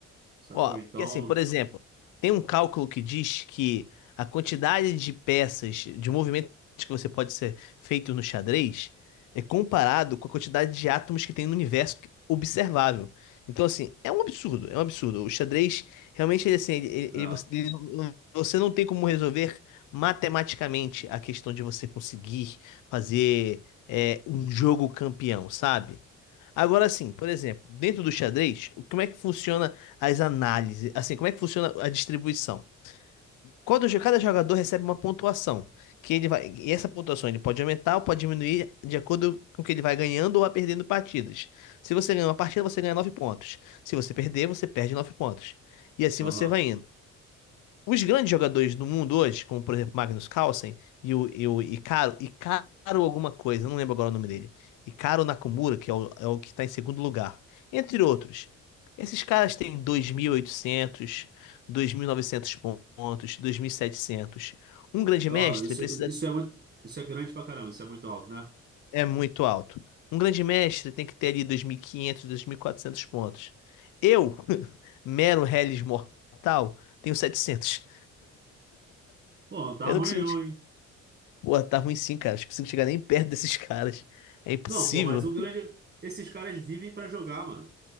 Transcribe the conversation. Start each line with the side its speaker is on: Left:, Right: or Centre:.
Right: sacou?
Left: ó,
Right: Então,
Left: porque assim, por exemplo, tem um cálculo que diz que a quantidade de peças, de movimentos que você pode ser feito no xadrez é comparado com a quantidade de átomos que tem no universo observável. Então, assim, é um absurdo, é um absurdo. O xadrez, realmente, ele, assim, ele, ele-
Right: é,
Left: ele- você ele não você não tem como resolver matematicamente a questão de você conseguir fazer é, um jogo campeão, sabe? Agora sim, por exemplo, dentro do xadrez, o- como é que funciona? as análises, assim, como é que funciona a distribuição? Quando jo- cada jogador recebe uma pontuação, que ele vai, e essa pontuação ele pode aumentar ou pode diminuir de acordo com o que ele vai ganhando ou vai perdendo partidas. Se você ganhar uma partida, você ganha 9 pontos. Se você perder, você perde 9 pontos. E assim
Right: aham.
Left: você vai indo. Os grandes jogadores do mundo hoje, como por exemplo Magnus Carlsen e o, e o Icaro, Icaro alguma coisa, eu não lembro agora o nome dele. Icaro Nakamura, que é o, é o que está em segundo lugar. Entre outros. Esses caras têm 2.800, 2.900 pontos, 2.700. Um grande
Right: Não,
Left: mestre
Right: isso,
Left: precisa...
Right: isso é muito, isso é grande pra caramba, isso é muito alto, né?
Left: É muito alto. Um grande mestre tem que ter ali 2.500, 2.400 pontos. Eu, <laughs> mero Hellis mortal, tenho 700.
Right: Pô, não tá
Left: Eu
Right: ruim
Left: não consigo
Right: não, hein?
Left: Pô, tá ruim sim, cara. Acho que você não chega nem perto desses caras. É impossível.
Right: Não, pô, mas o grande, esses caras vivem pra jogar, mano.